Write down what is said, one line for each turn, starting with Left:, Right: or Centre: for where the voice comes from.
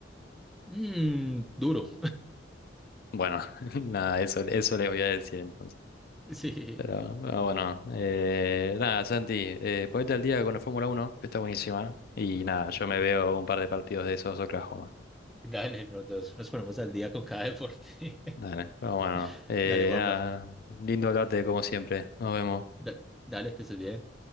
Centre: Mm, duro.
Left: Bueno, <laughs> nada, eso, eso les voy a decir entonces.
Centre: <laughs> Sí.
Left: Pero ah, bueno, eh, nada, Santi, eh, ponete al día con la Fórmula Uno que está buenísima. Y nada, yo me veo un par de partidos de esos Oklahoma.
Centre: Dale, los dos nos ponemos al día con cada deporte.
Left: Dale, pero bueno,
Centre: <laughs>
Left: eh,
Centre: Dale, Juanma.
Left: nada, lindo hablarte como siempre. Nos vemos.
Centre: Da- dale, que estés bien.